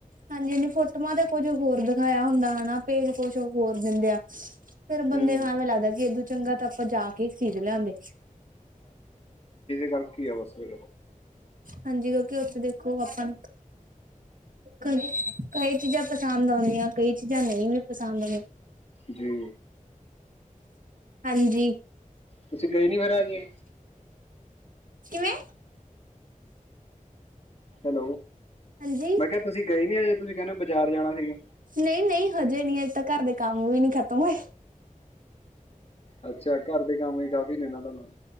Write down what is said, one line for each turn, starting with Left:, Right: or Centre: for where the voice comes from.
Right: ਹਾਂਜੀ -ਹਾਂਜੀ ਫੋਟੋਆਂ ਤੇ ਕੁੱਝ ਹੋਰ ਦਿਖਾਇਆ ਹੁੰਦਾ ਹਨਾ ਪੇਜ ਕੁਛ ਹੋਰ ਦਿੰਦੇ ਆ। ਫੇਰ ਬੰਦੇ
Left: ਹੂੰ
Right: ਨੂੰ ਐਵੇਂ ਲੱਗਦਾ ਕਿ ਏਦੋਂ ਚੰਗਾ ਤਾਂ ਆਪਾਂ ਜਾ ਕੇ ਖੀਦ ਲਿਆਂਦੇ।
Left: ਕਰ ਕੀ ਆ ਬਸਵੇ
Right: ਹਾਂਜੀ ਕਿਉਂਕਿ ਉੱਥੇ ਦੇਖੋ ਆਪਾਂ ਕਈ ਚੀਜ਼ਾਂ ਪਸੰਦ ਆਉਂਦੀਆਂ ਕਈ ਚੀਜ਼ਾਂ ਨਹੀਂ ਵੀ ਪਸੰਦ ਆਉਂਦੀਆਂ।
Left: ਜੀ।
Right: ਹਾਂਜੀ
Left: ਤੁਸੀਂ ਗਏ ਨੀ ਫਿਰ ਆ ਗਿਆ।
Right: ਕਿਵੇਂ
Left: ਹੈਲੋ
Right: ਹਾਂਜੀ
Left: ਮੈਂ ਕਿਹਾ ਤੁਸੀਂ ਗਏ ਨੀ ਅਜੇ ਤੁਸੀਂ ਕਹਿੰਦੇ ਹੋ ਬਾਜ਼ਾਰ ਜਾਣਾ ਸੀਗਾ।
Right: ਨਹੀਂ -ਨਹੀਂ ਹਜੇ ਨਹੀਂ ਤਾਂ ਘਰ ਦੇ ਕੰਮ ਵੀ ਹੀ ਨਹੀਂ ਖਤਮ ਹੋਏ।
Left: ਅੱਛਾ ਘਰ ਦੇ ਕੰਮ ਵੀ ਕਾਫੀ ਨੇ ਇਹਨਾਂ ਤੁਹਾਨੂੰ